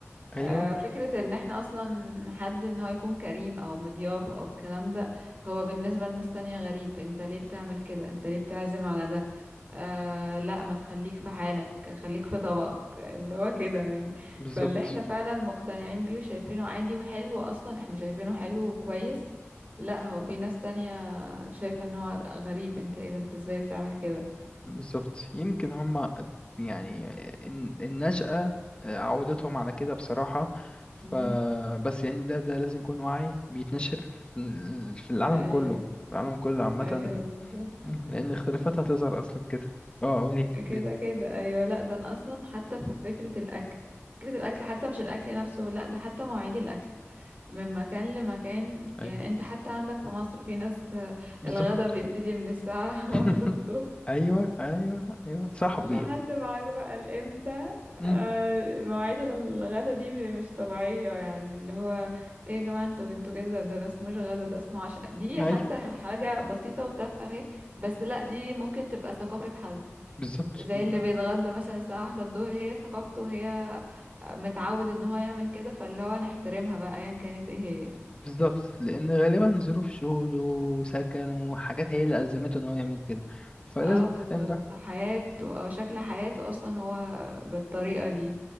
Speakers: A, on the right; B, on the left.
A: آه،
B: ايوه
A: فكرة ان احنا اصلا حد ان هو يكون كريم او مضياف او الكلام ده هو بالنسبة لناس تانية غريب انت ليه بتعمل كده انت ليه بتعزم على ده آه لا ما تخليك في حالك خليك في طبقك اللي هو كده يعني
B: بالظبط
A: فاللي احنا فعلا مقتنعين بيه وشايفينه عادي وحلو اصلا احنا شايفينه حلو وكويس لا هو في ناس تانية شايفة ان هو غريب انت ايه ده انت ازاي بتعمل كده
B: بالظبط يمكن هما يعني الن- النشأة عودتهم على كده بصراحة فبس
A: مم.
B: يعني ده ده لازم يكون وعي بيتنشر في ال- في العالم
A: ايوه
B: كله في العالم كله عامة
A: ايوه بالظبط
B: مم، لأن الاختلافات هتظهر أصلا كده اه قولي
A: كده
B: قولي
A: كده ايوه لا ده انا اصلا حتى في فكره الاكل فكره الاكل حتى مش الاكل نفسه لا ده حتى مواعيد الاكل من مكان لمكان يعني
B: أيوه
A: انت حتى عندك في مصر في ناس آه،
B: بالظبط
A: الغدا بيبتدي من الساعه
B: <laughs>
A: <laughs> واحدة الظهر
B: أيوه أيوه أيوه صاحبي
A: لحد معاك بقى الامتى
B: مم،
A: آه، مواعيد الغدا دي مش طبيعيه يعني اللي هو ايه يا جماعه انتوا انتوا كده ده ما اسموش غدا ده اسمه عشاء دي
B: أيوه
A: حتى حاجه بسيطه وتافهه اهي بس لا دي ممكن تبقى ثقافه حد
B: بالظبط
A: زي
B: ب-
A: اللي بيتغدى مثلا الساعة واحدة الظهر هي ثقافته وهي متعود ان هو يعمل كده فاللي هو نحترمها بقى ايا كانت ايه هي
B: بالظبط لأن غالبا ظروف شغله وسكنه وحاجات هي اللي ألزمته إن هو يعمل كده فلازم
A: اه بالظبط
B: نهتم ده
A: حياته او شكل حياته اصلا هو بالطريقة دي